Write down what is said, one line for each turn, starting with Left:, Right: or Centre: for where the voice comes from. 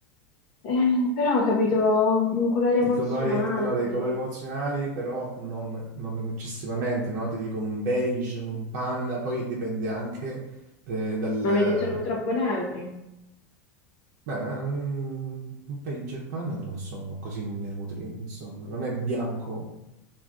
Left: Eh, però ho capito un colore
Right: I
Left: emozionante,
Right: colori, allora, i colori emozionali però non, non eccessivamente, no? Ti dico un beige, un panna, poi dipende anche eh, dal,
Left: ma mi hai detto non troppo neutri.
Right: Beh, ma non- un page e panna non sono così neutri, insomma, non è bianco.